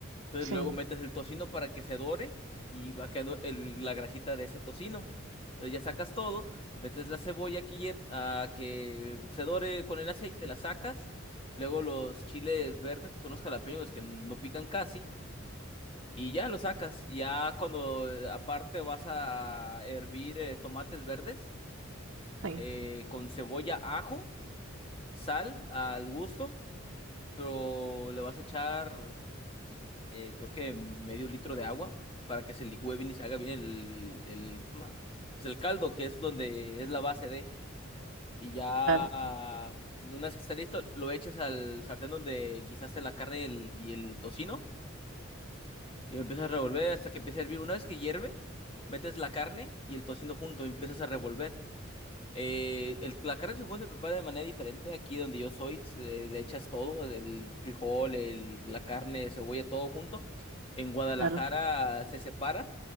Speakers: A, on the left; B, on the right.
A: Entonces
B: Sí,
A: luego metes el tocino para que se dore y va quedando el- la grasita de ese tocino. Entonces ya sacas todo, metes la cebolla que, hier- a que se dore con el aceite, la sacas. Luego los chiles verdes, que son los jalapeños que no pican casi y ya lo sacas. Ya cuando eh, aparte vas a hervir eh, tomates verdes
B: sí,
A: eh, con cebolla, ajo, sal al gusto, pero le vas a echar eh, creo que medio litro de agua para que se licúe bien y se haga bien el, el, ¿cómo se llama? Pues el caldo, que es donde es la base de. Y ya
B: claro,
A: ah, una vez que está listo, lo echas al sartén donde guisaste la carne y el y el tocino Y lo empiezas a revolver hasta que empiece a hervir. Una vez que hierve, metes la carne y el tocino junto y empiezas a revolver. Eh, el, la carne de su juego se prepara de manera diferente. Aquí donde yo soy, se- le echas todo, el frijol, el, la carne, cebolla, todo junto. En Guadalajara
B: claro.
A: se separa,